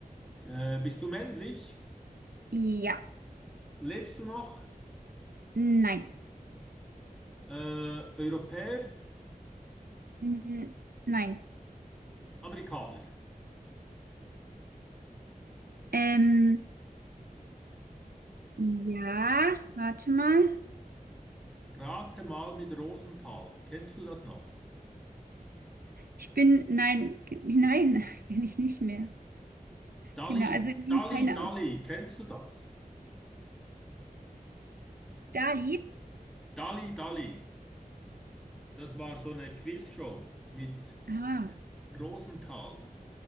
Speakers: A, in the centre; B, on the right (about 80°).
A: Äh, bist du männlich?
B: ja,
A: Lebst du noch?
B: nein,
A: Äh, Europäer?
B: N- nein.
A: Amerikaner?
B: Ähm, ja, warte mal.
A: Rate mal mit Rosenthal. Kennst du das noch?
B: Ich bin, nein, g- nein, <laughs> bin ich nicht mehr.
A: Dalli,
B: Genau, also nein,
A: Dalli,
B: keine.
A: Dalli. Kennst du das?
B: Dali?
A: Dalli, Dalli. Das war so eine Quizshow mit
B: Ah,
A: Rosenthal.